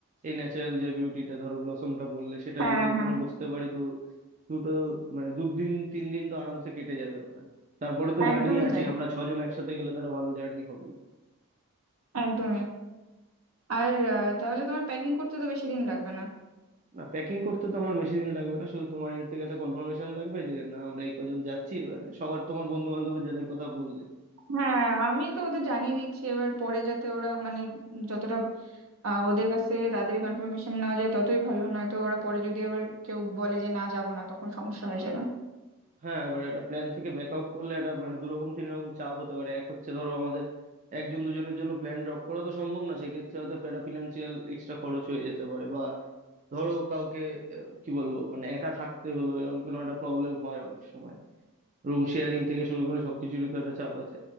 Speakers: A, on the right; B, on the right.
A: এই ন্যাচারাল যে বিউটিটা ধরো ব্লসমটা বললে সেটা
B: হ্যাঁ
A: যদি ওখানে
B: হ্যাঁ
A: বসতে পারি তো দুটো মানে দুদিন তিন দিন তো আরামসে কেটে যাবে ওখানে তারপরে তো জার্নি
B: একদমই
A: আছে
B: তাই
A: আমরা ছজন একসাথে গেলে তো একটা ভালো জার্নি হবে
B: একদমই আর আহ, তাহলে তোমার প্যাকিং করতে তো বেশি দিন লাগবে না
A: না প্যাকিং করতে তো আমার বেশি দিন লাগবে না শুধু তোমার এন্ড থেকে একটা কনফার্মেশন লাগবে যে না আমরা এই কজন যাচ্ছি মানে সবার তোমার বন্ধু বান্ধবের যাদের কথা বললে
B: হ্যাঁ আমি তো ওদের জানিয়ে দিচ্ছি এবার পরে যাতে ওরা মানে যতটা আহ, ওদের কাছ থেকে তাড়াতাড়ি কনফার্মেশন নেওয়া যায় ততই ভালো নয়তো ওরা পরে যদি আবার কেউ বলে যে না যাবো না তখন সমস্যা হয়ে যাবে
A: হ্যাঁ এবার একটা প্ল্যান থেকে ব্যাক আউট করলে একটা মানে দু রকম তিন রকম চাপ হতে পারে এক হচ্ছে ধরো আমাদের একজন দুজনের জন্য প্ল্যান ড্রপ করা তো সম্ভব না সেক্ষেত্রে হয়তো একটা ফিনান্সিয়াল এক্সট্রা খরচ হয়ে যেতে পারে বা ধরো কাউকে আহ, কি বলবো মানে একা থাকতে হলো এরকম কোনো একটা প্রবলেম হয় অনেক সময় রুম শেয়ারিং থেকে শুরু করে সবকিছুরই তো একটা চাপ আছে